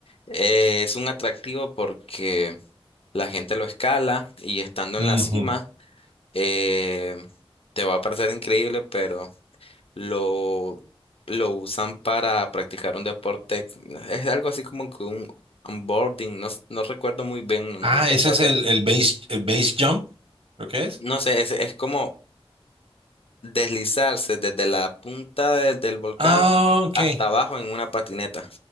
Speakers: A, on the left (about 70°); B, on the right (about 70°).
A: eh, es un atractivo porque la gente lo escala y estando en
B: Ujú.
A: la cima, eh, te va a parecer increíble, pero lo, lo usan para practicar un deporte. Es algo así como que un onboarding, no, s- no recuerdo muy bien, no,
B: Ah,
A: no te
B: ese
A: puedo
B: es
A: hacer.
B: el, el base, el base jump, ¿lo que es?
A: No sé, es, es como deslizarse desde la punta de- del volcán
B: Ah, ok.
A: hasta
B: <laughs>
A: abajo en una patineta.